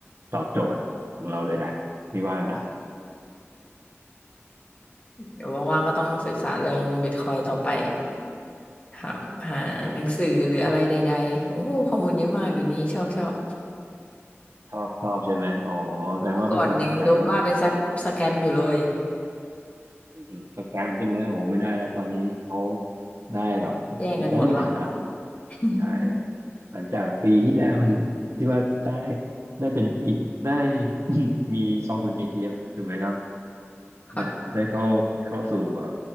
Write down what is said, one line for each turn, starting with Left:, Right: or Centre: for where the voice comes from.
Right: ตอบโจทย์ของเราเลยแหละพี่ว่านะ
Left: เดี๋ยวว่างๆก็ต้องศึกษาเรื่องบิตคอยน์ต่อไป หาหาหนังสือหรืออะไรใดๆโอ้โหข้อมูลเยอะมากเดี๋ยวนี้ชอบชอบ
Right: เออชอบชอบใช่ไหมอ๋อแสดงว่าเป็นคนสนใจเรื่อง
Left: <laughs> เมื่อก่อนยังโดนว่าเป็นสแปสแกมอยู่เลย
Right: อืมสแกมใช่ไหมโหไม่ได้แล้วตอนนี้เขาได้แบบ
Left: <laughs> แย่งกันหมดแล้ว
Right: ได้เลื่อนฐานะ
Left: <laughs>
Right: ใช่หลังจากปีที่แล้วเห็นที่ว่าได้ได้เป็นอินได้ <coughs> <clears throat> มีกองทุน ETF ถูกไหมครับ
Left: ค่ะ
Right: ได้ได้เข้าเข้าสู่แบบ